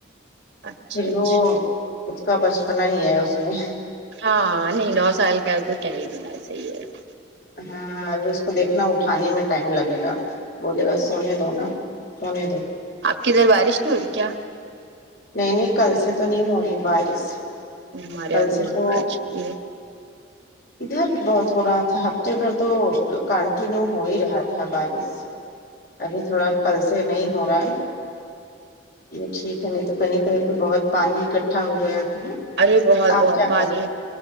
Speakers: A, on the right (about 65°); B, on the left (about 50°).
A: اچھا
B: پھر
A: اچھا
B: وہ اس کا بچپنا ہی ہے اس میں
A: ہاں نہیں نو سال کا تو کیا ہی بڑا کیا ہی بات
B: ہاں ابہی اس کو دیکھنا اٹھانے میں ٹائم لگے گا بولے گا سونے دونا سونے دو
A: آپ کی ادھر بارش نہیں ہو رہی کیا
B: نہیں نہیں کل سے تو نہیں ہو رہی بارش
A: ہمارے
B: کل
A: یہاں
B: سے
A: بہت
B: تو
A: اچھی ہو رہی ہے
B: ادھر بھی بہت ہو رہا تھا ہفتے بھر تو کانٹینیو ہو ہی رہا تھا بارش ابھی تھوڑا کل سے نہیں ہو رہا ہے یہ ٹھیک ہے نہیں تو کہیں کہیں پہ بہت پانی اکٹھا ہو گیا تھا نا
A: ارے بہت
B: آپ
A: بہت
B: کیا
A: پانی
B: کر